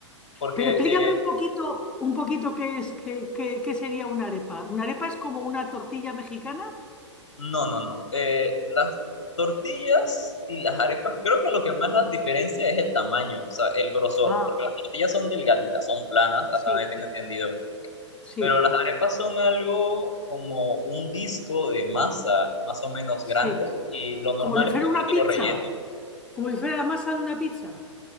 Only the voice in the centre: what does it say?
Pero explícame
un poquito, un poquito qué es, qué, qué- qué sería una arepa. ¿Una arepa es como una tortilla mexicana?
Ah,
sí,
sí,
sí.
Como si fuera
una pizza,
como si fuera la masa de una pizza.